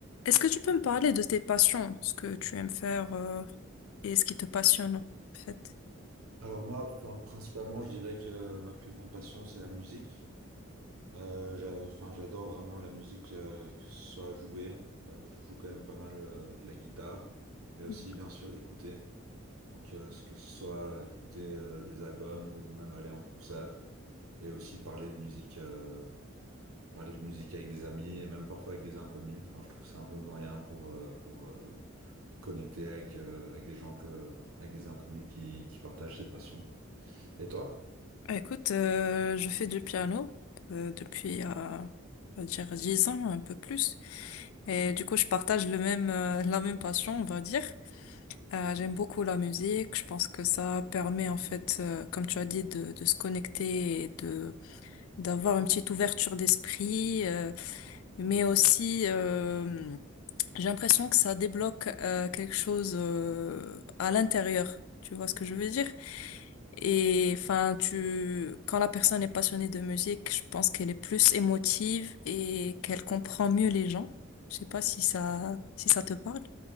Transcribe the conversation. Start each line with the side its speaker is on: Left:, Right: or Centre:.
Left: Est-ce que tu peux me parler de tes passions, ce que tu aimes faire euh, et ce qui te passionne, en fait?
Right: Alors moi, enfin, principalement, je dirais que ma plus grande passion, c'est la musique. Euh, j'a- enfin, j'adore vraiment la musique, euh, que ce soit jouer. Euh, je joue quand même pas mal euh, la guitare, mais aussi
Left: Mm.
Right: bien sûr écouter. Donc euh, ce que ce soit écouter euh, des albums ou même aller en concert et aussi parler de musique, euh, parler de musique avec des amis et même parfois avec des inconnus. Enfin, je trouve que c'est un bon moyen pour euh, pour euh, connecter avec euh, avec des gens que avec des inconnus qui qui partagent cette passion. Et toi?
Left: Bah, Écoute, euh, je fais du piano euh, depuis, euh, on va dire, 10 ans, un peu plus. Et du coup, je partage le même, euh, la même passion, on va dire. Euh, j'aime beaucoup la musique. Je pense que ça permet, en fait, euh, comme tu as dit, de, de se connecter et de d'avoir une petite ouverture d'esprit, euh, mais aussi... euh, j'ai l'impression que ça débloque euh, quelque chose euh, à l'intérieur. Tu vois ce que je veux dire? Et enfin, tu, quand la personne est passionnée de musique, je pense qu'elle est plus émotive et qu'elle comprend mieux les gens. Je sais pas si ça, si ça te parle.